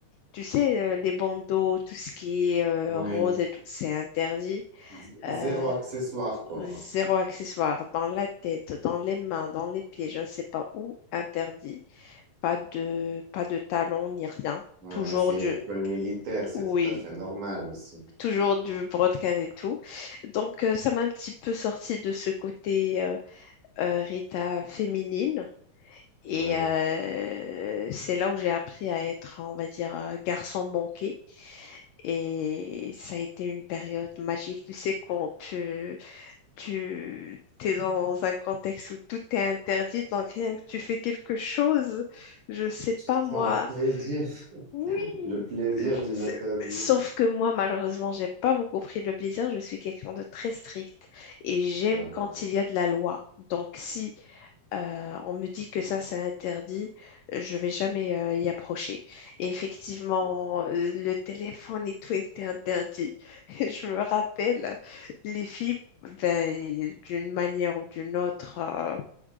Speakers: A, on the left; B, on the right.
A: Tu sais, euh, les bandeaux, tout ce qui est euh,
B: Oui.
A: rose et tout, c'est interdit.
B: Z-
A: Euh,
B: Zéro accessoire, quoi.
A: Zéro accessoire dans la tête, dans les mains, dans les pieds, je ne sais pas où, interdit. Pas de, pas de talons ni rien.
B: Ouais,
A: Toujours
B: c'est
A: du,
B: une école militaire, c'est
A: oui,
B: tout à fait normal aussi.
A: toujours du brodequin et tout. Donc, euh, ça m'a un petit peu sorti de ce côté euh, euh, Rita féminine. Et
B: Ouais.
A: euh, c'est là où j'ai appris à être, on va dire, euh, garçon manqué. Et ça a été une période magique. Tu sais, quand tu, tu es dans un contexte où tout est interdit, donc rien que tu fais quelque chose, je sais
B: C'est
A: pas moi.
B: un plaisir.
A: Oui,
B: <laughs> Le plaisir
A: je
B: de l'interdit.
A: sais- sauf que moi, malheureusement, j'ai pas beaucoup pris le plaisir. Je suis quelqu'un de très strict et j'aime
B: Ah,
A: quand il y a de la loi. Donc si euh, on me dit que ça, c'est interdit. Je vais jamais euh, y approcher. Et effectivement,
B: ah.
A: euh, le téléphone et tout était interdit. <laughs> Et Je me rappelle, les filles, ben, d'une manière ou d'une autre, euh,